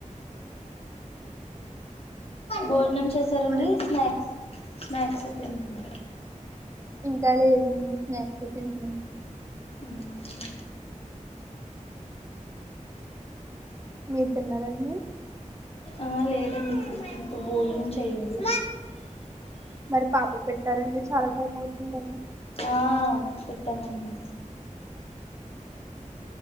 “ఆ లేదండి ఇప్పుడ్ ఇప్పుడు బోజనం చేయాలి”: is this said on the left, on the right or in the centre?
Left